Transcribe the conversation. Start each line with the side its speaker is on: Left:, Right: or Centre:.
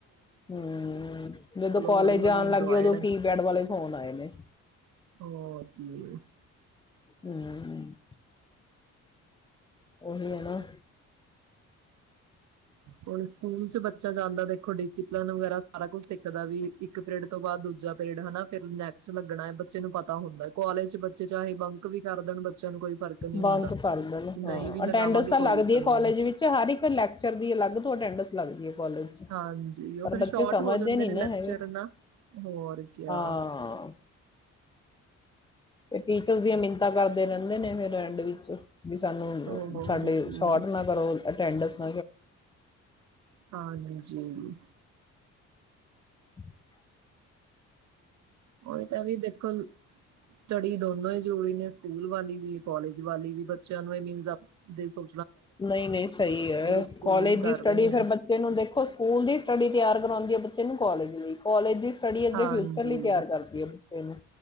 Left: ਹੂੰ, ਜਦੋਂ ਕਾਲਜ
Right: ਹੌਲੀ ਹੌਲੀ
Left: ਜਾਣ
Right: ਐਂਡਰੋਇਡ
Left: ਲੱਗਗੇ। ਉਦੋਂ ਕੀਪੈਡ ਵਾਲੇ ਫੋਨ ਆਏ ਨੇ।
Right: ਹੋਰ <inaudible>
Left: ਹੂੰ, ਉਹੀ ਹੈ ਨਾ
Right: ਹੁਣ, ਸਕੂਲ ਚ ਬੱਚਾ ਜਾਂਦਾ ਦੇਖੋ ਡੀਸੀ ਲਰਣ ਵਗੈਰਾ, ਸਾਰਾ ਕੁਛ ਸਿੱਖਦਾ ਵੀ ਇੱਕ ਪੀਰਡ ਤੋਂ ਬਾਅਦ ਦੂਜਾ ਪੀਰਡ ਹਨਾ। ਫਿਰ ਨੈ ਸਟ ਲੱਗਣਾ ਹੈ। ਬੱਚੇ ਨੂੰ ਪਤਾ ਹੁੰਦਾ। ਕੋਲੇਜ ਚ ਬ ਬੱਚੇ ਚਾਹੇ ਬੰਕ ਵੀ ਕਰ ਦੇਣ, ਬੱਚਿਆਂ ਨੂੰ ਕੋਈ ਫ਼ਰਕ ਨੀ
Left: ਬੰਕ
Right: ਹੁੰਦਾ,
Left: ਕਰ ਦੇਣ
Right: ਨਹੀਂ
Left: ਹਾਂ
Right: ਵੀ ਲਗਾਵਾਂਗੇ,
Left: ਅਟੈਂਡੈਂਸ ਤਾਂ
Right: ਕੋਈ
Left: ਲੱਗਦੀ
Right: ਗੱਲ
Left: ਹੈ ਕਾਲਜ
Right: ਨੀ।
Left: ਵਿੱਚ ਹਰ ਇੱਕ ਲੈਕਚਰ ਦੀ ਅਲੱਗ ਤੋਂ ਅਟੈਂਡਸ ਲੱਗਦੀ ਹੈ। ਕਾਲਜ 'ਚ
Right: ਹਾਂਜੀ, ਉਹ
Left: ਪਰ
Right: ਫਿਰ
Left: ਬੱਚੇ
Right: ਸ਼ੋਰਟ
Left: ਸਮਝਦੇ
Right: ਹੋ ਜਾਂਦੇ
Left: ਨਹੀਂ
Right: ਨੇ
Left: ਨਾ
Right: ਲੈਕਚਰ
Left: ਹੈਗੇ
Right: ਨਾ। ਹੋਰ ਕਿਆ
Left: ਹਾਂ ਤੇ ਟੀਚਰ ਦੀਆਂ ਮਿੰਨਤਾਂ ਕਰਦੇ ਰਹਿੰਦੇ ਨੇ ਫਿਰ ਐਂਡ ਵਿੱਚ ਵੀ ਸਾਨੂੰ
Right: ਹੋਰ
Left: ਸਾਡੇ
Right: ਕੀ
Left: ਸ਼ੋਟ ਨਾ ਕਰੋ ਅਟੈਂਡਸ <inaudible>
Right: ਹਾਂਜੀ
Left: <unintelligible>
Right: ਉਹੀ ਤਾਂ ਵੀ ਦੇਖੋ ਸਟੱਡੀ ਦੋਨੋ ਹੀ ਜਰੂਰੀ ਨੇ ਸਕੂਲ ਵਾਲੀ ਵੀ ਕੋਲਜ ਵਾਲੀ ਵੀ ਬੱਚਿਆਂ ਨੂੰ ਏਨੀ ਜ਼ਿਆ, ਦੇਸੋ
Left: ਨਹੀਂ-ਨਹੀਂ ਸਹੀ ਹੈ
Right: ਸਕੂਲਿੰਗ
Left: ਕਾਲਜ
Right: ਕਰ
Left: ਦੀ ਸਟੱਡੀ
Right: ਰਹੇ
Left: ਫੇਿਰ
Right: ਹਾਂ
Left: ਬੱਚੇ ਨੂੰ ਦੇਖੋ ਸਕੂਲ ਦੀ ਸਟੱਡੀ ਤਿਆਰ ਕਰਾਉਂਦੀ ਹੈ ਬੱਚੇ ਨੂੰ ਕਾਲਜ ਲਈ ਕੋਾਲਜ ਦੀ ਸਟੱਡੀ ਅੱਗੇ
Right: ਹਾਂਜੀ
Left: ਫਿਊਚਰ ਲਈ ਤਿਆਰ ਕਰਦੀ ਹੈ ਬੱਚੇ ਨੂੰ